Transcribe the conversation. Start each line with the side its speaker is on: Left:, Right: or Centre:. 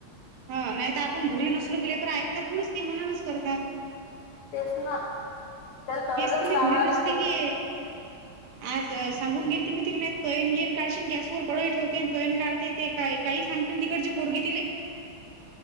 Right: हा नाही तर आपण घरी नसलो गेले तर ऐकतात थोडीच ती मनानच करतात.
Left: तेच ना त्याला दरवाजच
Right: हेच तर मी
Left: लाववा
Right: घरी नसली
Left: लागत
Right: की आज सांगून गेलती मी तिला तयण गेन काढशीलन गॅसवर कडई ठेवते आणि तयन काढते ते काय काही सांगतील तिकडची पोरगी तिले